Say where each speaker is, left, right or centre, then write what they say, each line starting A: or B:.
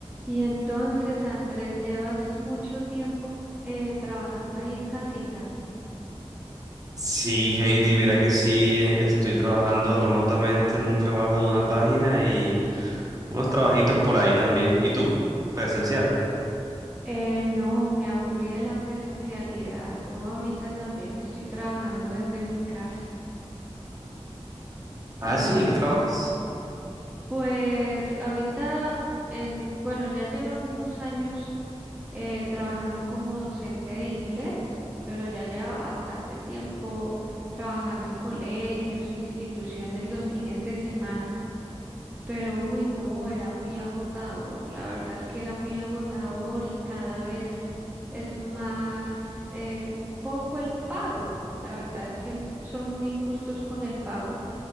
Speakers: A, on the right; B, on the right.
A: Y entonces, Andrés, ¿llevas mucho tiempo eh, trabajando ahí en casita?
B: Sí, Heidi, mira que sí, eh, estoy trabajando remotamente en un trabajo de una página y unos trabajitos por ahí también. ¿Y tú? Presencial.
A: Eh, no, me aburrí de la presencialidad. Yo ahorita también estoy trabajando desde mi casa,
B: Ah,
A: la
B: sí,
A: verdad.
B: ¿en qué trabajas?
A: Pues ahorita, en, bueno, ya llevo algunos años eh, trabajando como docente de inglés, pero ya llevo bastante tiempo trabajando en colegios e instituciones los fines de semana. Pero uy, no, era muy agotador. La verdad es que era muy agotador y cada vez es más eh, poco el pago. La verdad es que n- son muy injustos con el pago.